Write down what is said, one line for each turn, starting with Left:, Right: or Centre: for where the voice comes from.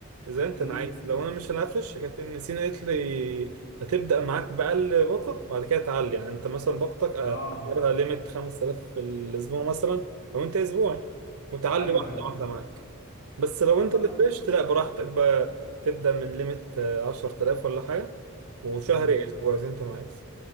Right: زي انت
Left: امم
Right: ما عايز لو انا مش هنفرش كانت ابن سينا قالت لي هتبدا معاك باقل باقه وبعد كده تعلي يعني انت مثلا باقتك آه،
Left: اه
Right: اخرها ليميت 5000 في الاسبوع مثلا لو انت اسبوعي وتعلي
Left: ايوه
Right: واحده
Left: ايوه
Right: واحده معاك بس لو
Left: لا
Right: انت
Left: طب
Right: اللي
Left: ما-
Right: فرشت لا براحتك بقى تبدا من ليميت 10000 ولا حاجه وشهري
Left: امم
Right: اسبوع زي انت ما عايز